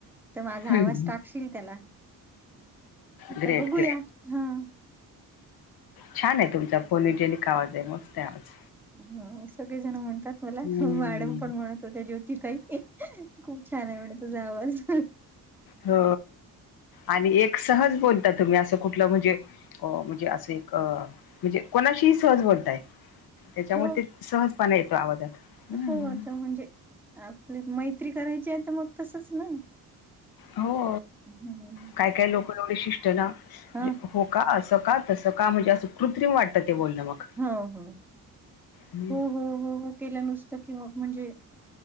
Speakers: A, in the centre; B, on the left.
A: तर माझा
B: हं,
A: आवाज टाकशील त्याला
B: ग्रेट,
A: तर बघूया
B: ग्रेट.
A: ह-
B: छान आहे तुमचा फोनजेलिक आवाज आहे मस्तय आवाज?
A: ह सगळेजण म्हणतात मला
B: हम्म.
A: मॅडम पण म्हणत हो त्या ज्योती ताई खूप छान आहे म्हणे तुझा आवाज.
B: हो आणि एक सहज बोलता तुम्ही असं कुठलं म्हणजे अ म्हणजे असं एक म्हणजे कोणाशीही सहज बोलताय त्याच्यामुळे
A: हो
B: ते सहजपणा येतो आवाजात? हं,
A: हो आता म्हणजे आपली मैत्री करायची आहे तर मग तसच ना
B: हो!
A: हम्म
B: काय काय लोक एवढे शिस्ट ना
A: हा
B: हो का असं का तसं का म्हणजे असं कृत्रिम वाटतं ते बोलणं मग
A: हो हो
B: हं,
A: हो हो हो हो केलं नुसतं किं म्हणजे